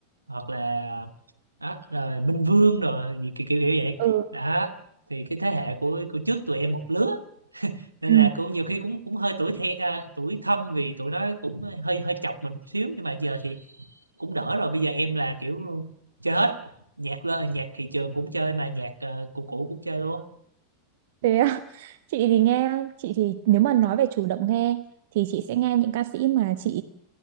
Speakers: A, on the right (about 80°); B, on the right (about 55°).
A: hoặc là đó rồi Minh Vương rồi gì kiểu kiểu kiểu vậy
B: ừ,
A: đó thì cái thế hệ của của trước tụi em một lứa nên
B: ừ.
A: là cũng nhiều khi cũng cũng hơi tuổi the à, tuổi thân vì tụi nó cũng hơi hơi chọc mình một xíu nhưng mà giờ thì cũng đỡ rồi bây giờ em là kiểu chơi hết nhạc lơ nhạc thị trường cũng chơi mà nhạc ờ, cũ cũ cũng chơi luôn
B: Thế à? Chị thì nghe, chị thì nếu mà nói về chủ động nghe thì chị sẽ nghe những ca sĩ mà chị